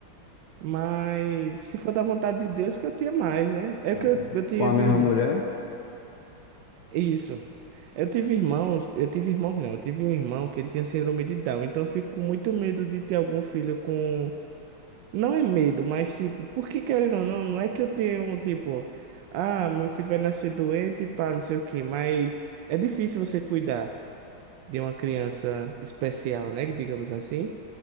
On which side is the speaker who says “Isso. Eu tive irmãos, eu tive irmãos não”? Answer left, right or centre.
Right